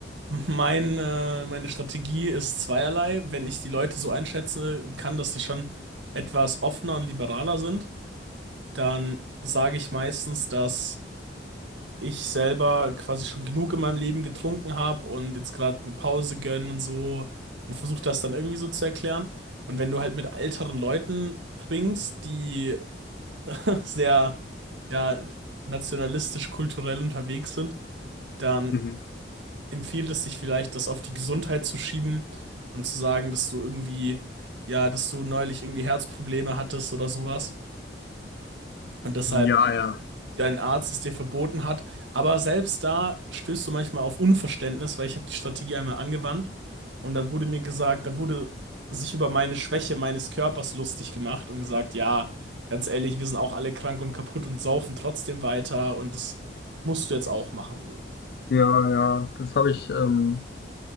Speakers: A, on the right (about 80°); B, on the left (about 55°).
A: mein, äh, meine Strategie ist zweierlei. Wenn ich die Leute so einschätzen kann, dass sie schon etwas offener und liberaler sind, dann sage ich meistens, dass ich selber quasi schon genug in meinem Leben getrunken habe und jetzt gerade eine Pause gönnen und so und versuche das dann irgendwie so zu erklären. Und wenn du halt mit älteren Leuten trinkst, die <laughs> sehr, ja, nationalistisch, kulturell unterwegs sind, dann
B: Mhm.
A: empfiehlt es sich vielleicht, das auf die Gesundheit zu schieben und zu sagen, dass du irgendwie, ja, dass du neulich irgendwie Herzprobleme hattest oder sowas. Und deshalb
B: Ja, ja.
A: dein Arzt es dir verboten hat. Aber selbst da stößt du manchmal auf Unverständnis, weil ich habe die Strategie einmal angewandt und dann wurde mir gesagt, da wurde sich über meine Schwäche meines Körpers lustig gemacht und gesagt, ja, ganz ehrlich, wir sind auch alle krank und kaputt und saufen trotzdem weiter und das musst du jetzt auch machen, so.
B: Ja, ja. Das habe ich, ähm,